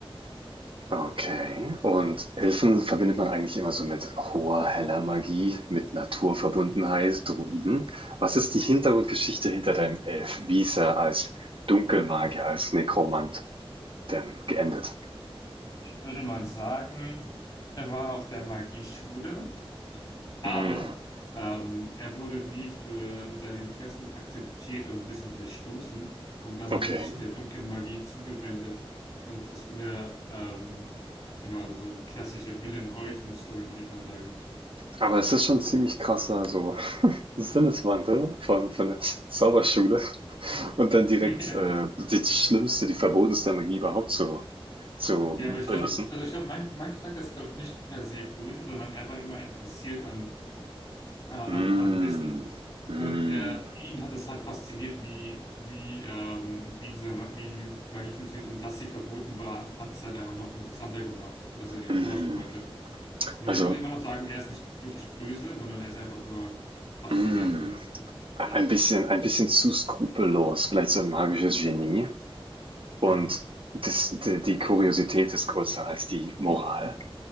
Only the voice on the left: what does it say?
Hm.
Ich würde mal sagen, er war auf der Magieschule, aber
ähm, er wurde nie für seine Interessen akzeptiert und ein bisschen verstoßen. Und dann hat
er sich der dunklen Magie zugewendet und ist von der, ähm, genau, also so eine klassische Villain-Origin-Story, würde ich mal sagen.
Ja,
Ja, aber ich
glaube, ich, also ich glaube, mein, mein Charakter ist, glaube ich, nicht per se böse, sondern er war immer interessiert an, äh, am,
am Wissen. Und
er, ihn hat es halt fasziniert, wie, wie, ähm, wie diese, Ma- wie die Magie funktioniert. Und dass sie verboten war, hat es halt einfach noch interessanter gemacht, dass er sie erforschen
wollte. Genau,
ich würde immer noch sagen, er ist nicht wirklich böse, sondern er ist einfach nur fasziniert
von
davon.
Genau.